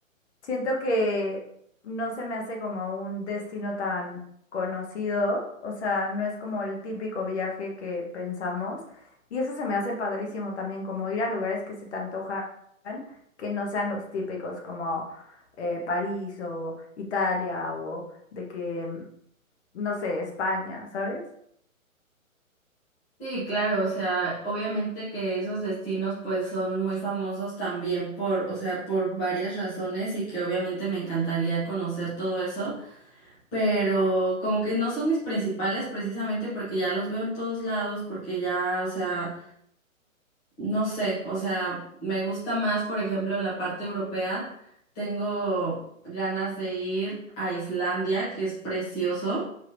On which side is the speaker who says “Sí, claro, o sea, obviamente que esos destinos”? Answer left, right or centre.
Centre